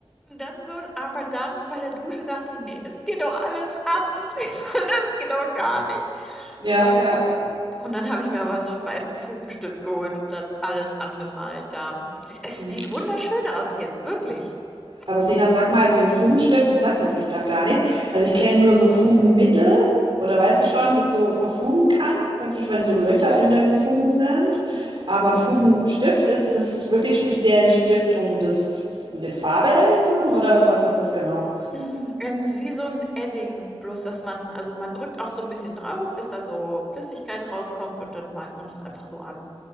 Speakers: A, in the centre; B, on the right.
A: Und dann so, aber dann bei der Dusche dachte ich, nee, das geht doch alles ab, das, <laughs> das geht doch gar nicht.
B: Ja,
A: Ähm,
B: ja.
A: Und dann habe ich mir aber so einen weißen Fugenstift geholt und dann alles angemalt da. Es
B: Hm.
A: sieht wunderschön aus jetzt, wirklich. <laughs>
B: Aber Sena, sag mal, so ein Fugenstift, das sagt mir nämlich gerade gar nichts. Also ich kenne nur so Fugenmittel oder weißt du schon, dass du verfugen kannst, praktisch wenn so Löcher in den Fugen sind. Aber ein Fugenstift ist das wirklich speziell ein Stift, um das eine Farbe dahin zu machen oder was ist das genau?
A: Mhm, Ähm, wie so ein Edding, bloß dass man, also man drückt auch so ein bisschen drauf, bis da so Flüssigkeit rauskommt und dann malt man das einfach so an.